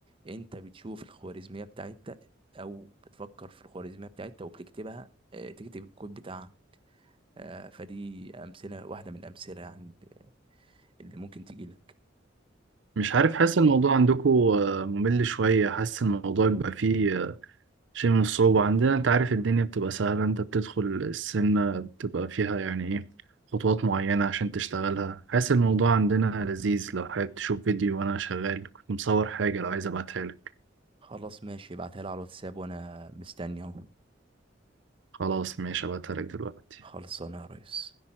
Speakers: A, on the right; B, on the right.
A: انت بتشوف الخوارزمية بتاعتك او بتفكر في الخوارزمية بتاعتك وبتكتبها آه، تكتب الكود بتاعها آه، فدي امثلة واحدة من الامثلة يعني اللي ممكن تجيلك
B: مش عارف
A: خ-
B: حاسس الموضوع عندكم آه، ممل شوية حاسس الموضوع بيبقى فيه آه، شيء من الصعوبة عندنا انت عارف الدنيا بتبقى سهلة انت بتدخل السنة بتبقى فيها يعني ايه خطوات معينة عشان تشتغلها حاسس الموضوع عندنا لذيذ لو حابب تشوف فيديو وأنا شغال كنت مصور حاجة لو عايز أبعتها لك
A: خلاص ماشي ابعتها لي على الواتساب وانا مستني اهو
B: خلاص ماشي أبعتها لك دلوقتي
A: خلصانه يا ريس